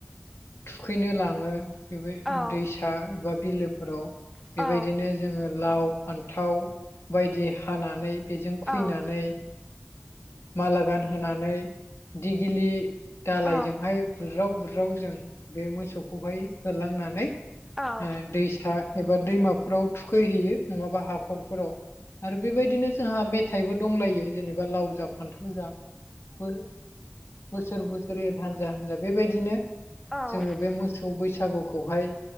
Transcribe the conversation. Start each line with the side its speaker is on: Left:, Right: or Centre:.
Left: थुखैनो लाङो। बे
Centre: औ
Left: दैसा
Centre: औ
Left: बा बिलोफोराव
Centre: औ
Left: बेबायदिनो
Centre: औ
Left: जोङो लाव फान्थाव बायदि हानानै बेजों
Centre: औ
Left: खैनानै माला गान होनानै दिगिलि दालायजोंहाय
Centre: औ
Left: बुरदज्राव बुद्राव जों बे मोसौखौहाय होलांनानै
Centre: औ औ
Left: ओ दैसा एबा दैमाफोराव थुखैहैयो नङाबा हाखरफोराव आरो बेबायदिनो जोंहा। फिथाइबो दंलायो जेनेबा लाव जा फान्थाव जा बोसोर बोसोरै हान्जा हानजा बेबायदिनो
Centre: औ
Left: जोङो बे मोस मोसौ बैसागुखौहाय